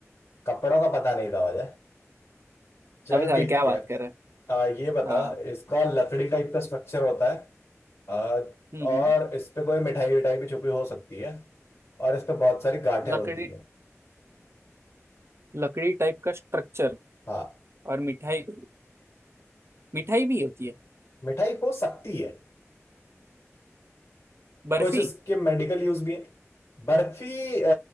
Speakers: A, on the left; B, on the right.
A: कपड़ों का पता नहीं था मुझे चल
B: अभी साल
A: ठीक
B: क्या बात
A: है
B: कर रहे हैं
A: आ, ये बता
B: हाँ
A: इसका लकड़ी टाइप का स्ट्रक्चर होता है आ,
B: हम्म
A: और
B: हम्म
A: इस पे कोई मिठाई विठाई भी छुपी हो सकती है और इस पे बहुत सारी गांठें
B: लकड़ी
A: होती है
B: लकड़ी टाइप का स्ट्रक्चर
A: हाँ
B: और मिठाई मिठाई भी होती है
A: मिठाई हो सकती है
B: बर्फी
A: कुछ इसके मेडिकल यूज भी है बर्फी आ,